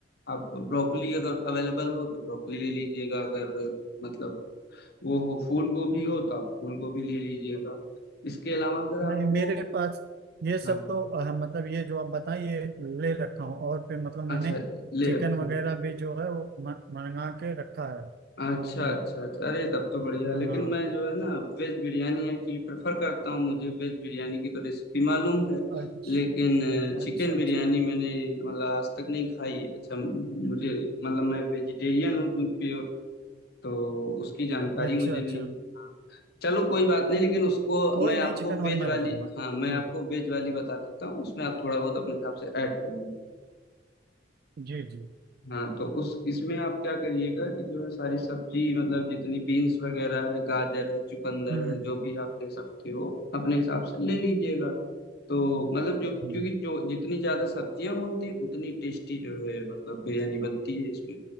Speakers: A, on the left; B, on the right.
A: आप ब्रोकली अगर अवेलेबल हो तो ब्रोकली ले लीजिएगा अगर मतलब वो हो फूल गोभी हो तो आप फूल गोभी ले लीजिएगा इसके अलावा अगर
B: नहीं
A: आपको
B: मेरे पास ये सब
A: हाँ हाँ,
B: तो अह, मतलब ये जो आप बताएं ये ले रखा हूँ और फिर मतलब मैंने
A: अच्छा ले
B: चिकन
A: रखे
B: वगैरह भी जो है वो म- मंगा के रखा है
A: अच्छा
B: हम्म
A: अच्छा अच्छा अरे तब तो बढ़िया लेकिन
B: हाँ
A: मैं जो है ना वेज बिरयानी एक्चुअली प्रेफर करता हूँ मुझे वेज बिरयानी की तो रेसिपी मालूम है
B: अच्छा
A: लेकिन चिकन
B: अच्छा
A: बिरयानी
B: अच्छा
A: मैंने मतलब आज तक नहीं खाई अच्छा मुझे मतलब मैं वेजिटेरियन हूँ क्योंकि तो उसकी जानकारी
B: अच्छा
A: मुझे
B: अच्छा
A: नहीं है हाँ चलो कोई बात नहीं लेकिन उसको
B: कोई
A: मैं
B: नहीं
A: आपको
B: चिकन
A: वेज
B: वाली मैं
A: वाली
B: बता दूंगा
A: हाँ मैं
B: हम्म
A: आपको वेज वाली बता देता हूँ उसमें आप थोड़ा बहुत अपने हिसाब से ऐड कर दीजिए
B: जी जी
A: हाँ तो उस इसमें आप क्या करिएगा कि जो है सारी सब्जी मतलब जितनी बीन्स वगैरह है गाजर है चुकंदर
B: हम्म
A: है जो भी आप ले सकते हो अपने हिसाब से ले लीजिएगा तो मतलब जो
B: हम्म
A: क्योंकि जो जितनी ज्यादा सब्जियां होती हैं उतनी टेस्टी जो है मतलब बिरयानी बनती है इसमें